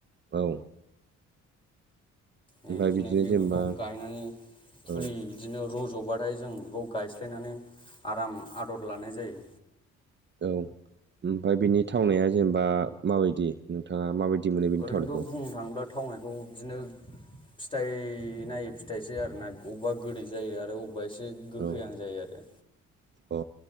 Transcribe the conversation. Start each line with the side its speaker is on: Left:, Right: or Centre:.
Right: औ ओमफ्राय
Left: बिदिनो बेगरखौ
Right: जेनेबा
Left: गायनानै फुलि
Right: औ
Left: बिदि बिदिनो रज'बाथाय जों बेखौ गायस्लायनानै आराम आदर लानाय जायो
Right: औ ओमफ्राय बिनि थावनाया जेनेबा माबायदि नोंथाङा माबायदि मोनो बेनि
Left: ओरैनोथ'
Right: थावनायखौ
Left: बुंनो थाङोब्ला थावनायखौ बिदिनो फिथाइ नायो फिथाइसो आरो ना अबेबा गोदै जायो आरो अबेबा अबेबा एसे गोखैहां
Right: औ
Left: जायो आरो
Right: अ